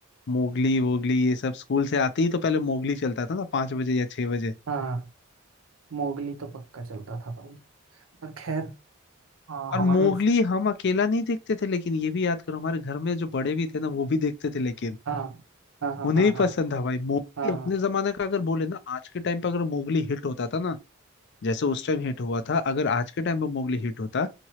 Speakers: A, on the left; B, on the right.
A: मोगली वोगली ये सब स्कूल से आते ही तो पहले मोगली चलता था ना पांच बजे या छह बजे
B: हाँ मोगली तो पक्का चलता था भाई पर खैर हाँ
A: और
B: हमारे
A: मोगली हम अकेला नहीं देखते थे लेकिन ये भी याद करो हमारे घर में जो बड़े भी थे ना वो भी देखते थे लेकिन
B: हाँ हाँ हाँ
A: उन्हें
B: हाँ
A: भी
B: हाँ
A: पसंद था भाई मोगली
B: हाँ
A: अपने जमाने का अगर बोले ना आज के टाइम पर अगर मोगली हिट होता था ना जैसे उस टाइम हिट हुआ था अगर आज के टाइम पे मोगली हिट होता